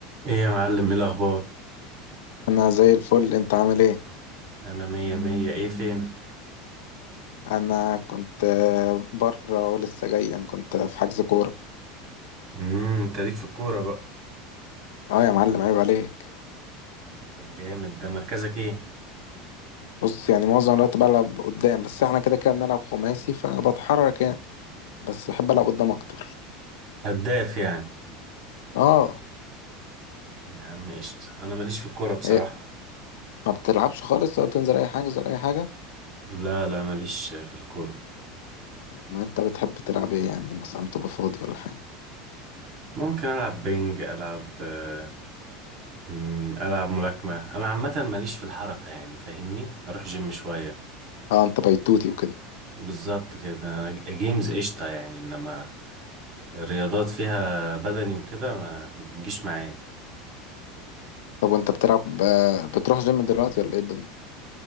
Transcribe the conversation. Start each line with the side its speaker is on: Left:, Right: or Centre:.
Right: ايه يا معلم ايه الاخبار
Left: انا زي الفل انت عامل ايه
Right: انا مية مية ايه فينك
Left: انا كنت آه، بره ولسه جاي يعني كنت في حجز كوره
Right: امم انت ليك في الكورة بقى
Left: اه يا معلم عيب عليك
Right: طب جامد ده مركزك ايه
Left: بص يعني معظم الوقت بلعب قدام بس احنا كده كده بنلعب خماسي فبتحرك يعني بس بحب العب قدام اكتر
Right: هداف يعني
Left: اه
Right: يا عم قشطة انا ماليش في الكورة بصراحة
Left: إيه؟ ما بتلعبش خالص ولا بتنزل اي حاجه ولا اي حاجه
Right: لا لا ماليش في الكورة
Left: ما انت بتحب تلعب ايه يعني مثلا تبقى فاضي ولا حاجه
Right: ممكن العب بينج العب آه، أمم، العب ملاكمة انا عامة ماليش في الحركة يعني فاهمني اروح جيم شوية
Left: اه انت بيتوتي وكده
Right: بالظبط كده أنا جيمز قشطة يعني انما الرياضات فيها بدني وكده ما بتجيش معايا
Left: طب وانت بتلعب آه، بتروح جيم دلوقتي ولا ايه الدنيا